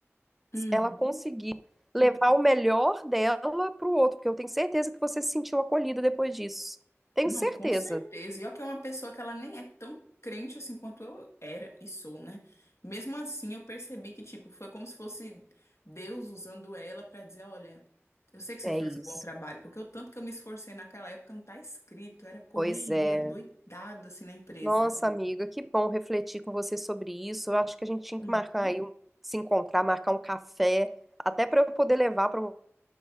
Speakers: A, on the left; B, in the centre.
A: uhum.
B: ela conseguiu levar o melhor dela para o outro, porque eu tenho certeza que você se sentiu acolhida depois disso. Tenho
A: Não,
B: certeza.
A: com certeza. E olha que é uma pessoa que ela nem é tão crente assim quanto eu era e sou, né? Mesmo assim, eu percebi que, tipo, foi como se fosse Deus usando ela para dizer: Olha. Eu sei que você
B: É
A: faz
B: isso.
A: um bom trabalho, porque o tanto que eu me esforcei naquela época não tá escrito, era correria
B: Pois é.
A: doidada assim na empresa.
B: Nossa, amiga, que bom refletir com você sobre isso. Eu acho que a gente tinha que
A: Hum.
B: marcar aí, um- se encontrar, marcar um café, até para eu poder levar para